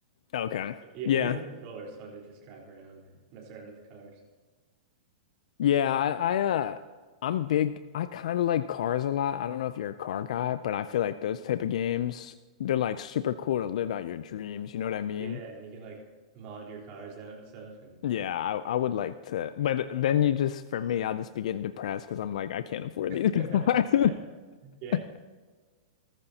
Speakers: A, on the left; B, on the right.
A: Okay.
B: Yeah,
A: Yeah.
B: even with controllers, it's fun to just drive around or mess around with cars.
A: Yeah, I, I uh I'm big I kind of like cars a lot. I don't know if you're a car guy, but I feel like those type of games, they're like super cool to live out your dreams, you know what I mean?
B: Yeah, and you can like mod your cars out and stuff and
A: Yeah, I, I would like to, but then you just, for me, I'll just be getting depressed because I'm like, I can't afford
B: <laughs>
A: these cars.
B: yeah. Yeah.
A: <laughs>